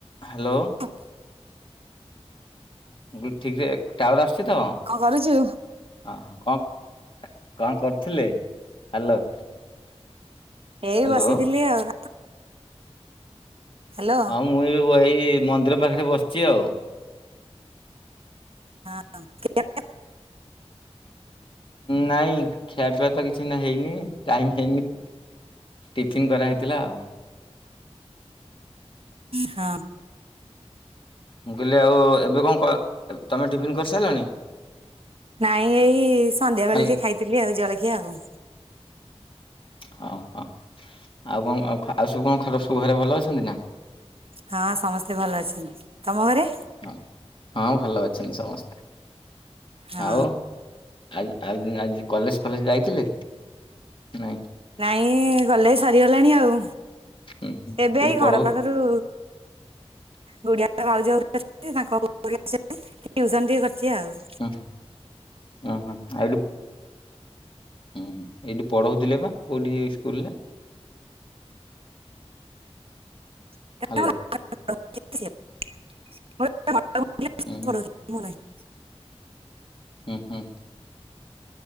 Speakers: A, on the left; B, on the right.
A: Hello.
B: ଅ।
A: ଗୁ ଠିକ୍ ରେ ଟାୱାର ଆସଚି ତ।
B: କଣ କରୁଛୁ?
A: ଅ ହ କଣ କଣ କର୍ଥିଲେ ହ୍ୟାଲୋ।
B: ହେଇ
A: ହ୍ୟାଲୋ
B: ବସିଥିଲି ଆଉ। ହ୍ୟାଲୋ।
A: ହଁ ମୁଁ ଏବେ ବହି ମନ୍ଦିର ପାଖରେ ବସିଚି ଆଉ।
B: ହଁ ହଁ <unintelligible>
A: ନାଇଁ ଖିଆ ପିଆତ ତ କିଛି ନା ହେଇନି ଟାଇମ ହେଇନି। ଟିଫିନ୍ କରାହେଇଥିଲା ଆଉ।
B: ହଁ।
A: ମୁଁ କହିଲି ଆଉ ଏବେ କଣ କ ତମେ ଟିଫିନ୍ କରିସାରିଲଣି।
B: ନାଇଁ ଏଇ ସନ୍ଧ୍ୟା
A: ହ୍ୟାଲୋ।
B: ବେଳେ ଯେ ଖାଇଥିଲି ଆଉ ଜଳଖିଆ ଆଉ।
A: ହଁ ହଁ ଆଉ କଣ ଆଉ ସବୁ କଣ ଖର ସବୁ ଘରେ ଭଲ ଅଛନ୍ତି ନା।
B: ହଁ ସମସ୍ତେ ଭଲ ଅଛନ୍ତି ତମ ଘରେ।
A: ହଁ ହଁ ଭଲ ଅଛନ୍ତି ସମସ୍ତେ
B: ହଁ
A: ଆଉ। ଆ ଆଉ ଆଜି କଲେଜ ଫଲେଜ ଯାଇଥିଲେ ନା।
B: ନାଇଁ ଗଲେ ସରିଗଲାଣି ଆଉ
A: ହୁଁ ହୁଁ
B: ଏବେ
A: କୋଉଠି
B: ଏଇ
A: ପଢଉ
B: ଘର ପାଖରୁ
A: <unintelligible>
B: ବୁଢିଆ ଭାଉଜ <unintelligible> ତାଙ୍କ <unintelligible> ଟିଉସନ ଟିକେ କରିଚି ଆଉ।
A: ହଁ ହଁ ହଁ ଆଇଲୁ। ହୁଁ ଏଇଠି ପଢଉଥିଲେ ବା କୋଉଠି ସ୍କୁ ସ୍କୁଲରେ।
B: <unintelligible>
A: ହ୍ୟାଲୋ ହୁଁ ହୁଁ ଉଁ ହୁଁ।